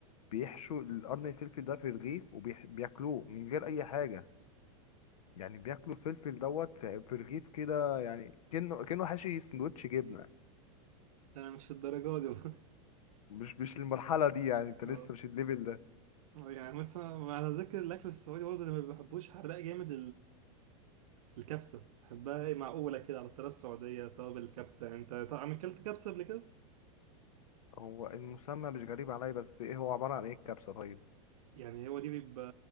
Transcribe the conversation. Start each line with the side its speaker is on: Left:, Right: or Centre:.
Left: بيحشوا القرن الفلفل ده في رغيف وبياكلوه من غير أي حاجة يعني بياكلوا الفلفل دوت في في رغيف كده يعني كأنه كأنه حاشي سندوتش جبنة
Right: <laughs> أنا مش الدرجة دي <laughs>
Left: مش مش المرحلة دي يعني أنت
Right: برضه.
Left: لسه مش الليفل ده
Right: آه، يعني مثلا على ذكر الأكل السعودي برضه اللي ما بحبوش حراق جامد الكبسة بحبها هي معقولة كده على الطريقة السعودية توابل الكبسة يعني انت طبعا اكلت كبسة قبل كده
Left: هو المسمى مش غريب عليا بس إيه هو عبارة عن إيه الكبسة طيب؟
Right: يعني هو دي بيبقى